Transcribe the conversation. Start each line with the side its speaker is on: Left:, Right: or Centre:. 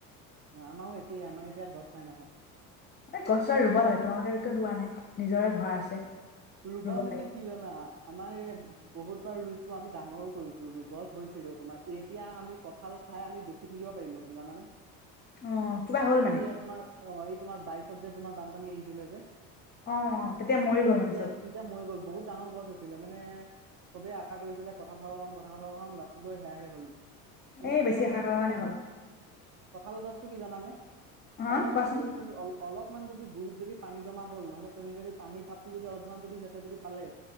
Right: আমাৰো একেই আমাৰ এতিয়া গছ নাই নহয়।
Left: এই গছ দাল ৰুব লাগে, তোমালোকে কিয় ৰোৱা নাই নিজৰে ঘৰ আছে।
Right: ৰুবা
Left: ৰুব
Right: মানে
Left: লাগে
Right: কি জানা আমাৰ ইয়াত বহুত বাৰ ৰুইছো, আমি ডাঙৰো কৰিছো, গছ হৈছিলে, তোমাৰ এতিয়া আমি কঁঠাল খাই আমি বেছি থাকিব পাৰিলোহেতেন জানানে।
Left: অ কিবা হ'ল মানে?
Right: এই তোমাৰ অ এই, তোমাৰ বাইচত যে তোমাৰ বানপানী আহিছিলে যে
Left: অ, অ তেতিয়া মৰি গ'ল
Right: তেতিয়া,
Left: মানে চব
Right: তেতিয়া মৰি গ'ল, বহুত ডাঙৰ গছ আছিলে মানে চবে আশা কৰিছিলে, কঠাল খাব পাম, কঠাল খাব পাম, ৰাতি গৈ সেইয়াহে হ'ল। মানে
Left: এই
Right: কঠাল
Left: বেছি আশা
Right: গছো,
Left: কৰাৰ
Right: কি
Left: কাৰণে
Right: জানা
Left: হ'ল
Right: কঠাল গছ তুমি জানানে?
Left: হা
Right: অলপমান,
Left: কোৱাচোন
Right: যদি তুমি অলপ অলপমান যদি গুৰিত যদি পানী জমা হ'ল, নহ'লে তুমি যদি পানী যদি, অলপমান যদি সিহঁতে যদি পালে